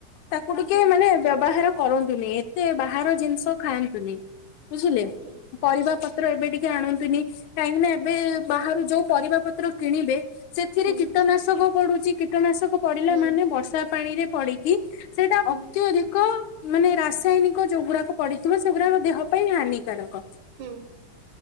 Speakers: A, on the left (about 75°); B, on the right (about 75°).
A: ତାକୁ ଟିକେ
B: ହୁଁ
A: ମାନେ ବ୍ୟବହାର କରନ୍ତୁନି ଏତେ ବାହାର ଜିନିଷ ଖାଆନ୍ତୁନି। ବୁଝିଲେ
B: ଆଜ୍ଞା
A: ପରିବା
B: ଆଜ୍ଞା
A: ପତ୍ର ଏବେ ଟିକେ ଆଣନ୍ତୁନି କାହିଁକିନା ଏବେ ବାହାରୁ ଯୋଉ ପରିବା ପତ୍ର କିଣିବେ ସେଥିରେ
B: ହୁଁ।
A: ନାଶକ ପଡୁଛି କୀଟନାଶକ ପଡିଲା
B: ହୁଁ
A: ମାନେ ବର୍ଷା ପାଣି ରେ ପଡିକି ସେଇଟା
B: ହୁଁ
A: ଅତ୍ୟଧିକ ମାନେ ରାସାୟନିକ ଯୋଉଗୁଡାକ ପଡିଥିବ ସେଗୁଡାକ ଦେହ ପାଇଁ ହାନିକାରକ।
B: ହୁଁ